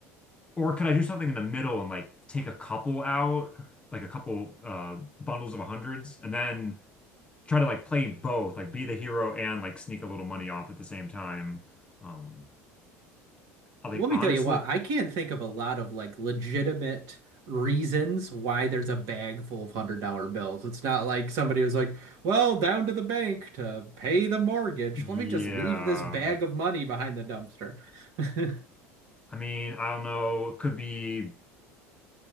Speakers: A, on the left; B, on the right.
A: Or could I do something in the middle and like take a couple out, like a couple uh bundles of hundreds, and then try to like play both, like be the hero and like sneak a little money off at the same time. Um, I think
B: Let me
A: honestly,
B: tell you what, I can't think of a lot of like legitimate reasons why there's a bag full of hundred dollar bills. It's not like somebody was like, well, down to the bank to pay the mortgage.
A: yeah.
B: Let me just leave this bag of money behind the dumpster. <laughs> I
A: I mean, I don't know. It could be